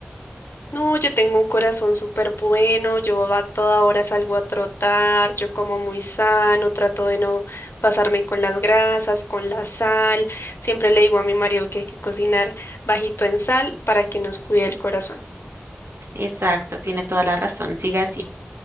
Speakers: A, on the left; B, on the right.
A: No, yo tengo un corazón súper bueno, yo a toda hora salgo a trotar, yo como muy sano, trato de no pasarme con las grasas, con la sal. Siempre le digo a mi marido que hay que cocinar bajito en sal para que nos cuide el corazón.
B: Exacto, tiene toda la razón. Siga así.